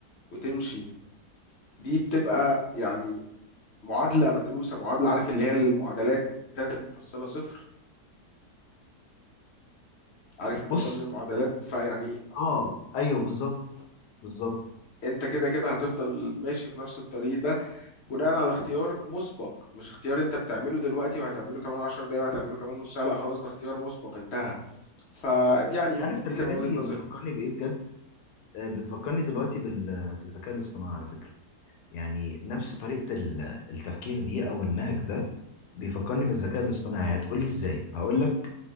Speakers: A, on the left; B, on the left.
A: وتمشي دي بتبقى يعني معادلة مدروسة معادلة عارف اللي هي المعادلات بتاعت المحصلة صفر عارف النوع
B: بص
A: ده من المعادلات فيعني
B: اه ايوه بالظبط بالظبط
A: انت كده كده هتفضل ماشي في نفس الطريق ده بناء على اختيار مسبق مش اختيار انت بتعمله دلوقتي وهتعمله كمان 10 دقايق وهتعمله كمان نص ساعة لا خلاص ده اختيار مسبق انتهى فيعني
B: انت
A: يمكن
B: عارف
A: دي
B: الحاجات
A: تبقى وجهة
B: دي
A: نظري
B: بتفكرني بايه بجد آه، بتفكرني دلوقتي بال- بالذكاء الاصطناعي على فكره يعني نفس طريقه ال- التفكير دي او النهج ده بيفكرني بالذكاء الاصطناعي هتقولي ازاي هقول لك